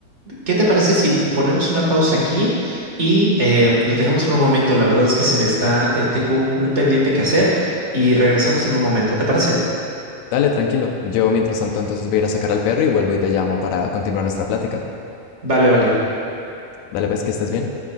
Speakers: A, on the right; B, on the left.
A: ¿Qué te parece si ponemos una pausa aquí y eh, lo dejamos por un momento? La verdad es que se me está, eh, tengo un, un pendiente que hacer y regresamos en un momento. ¿Te parece?
B: Dale, tranquilo. Yo mientras tanto entonces voy a ir a sacar al perro y vuelvo y te llamo para continuar nuestra plática.
A: Vale, vale.
B: Dale, pues, que estés bien.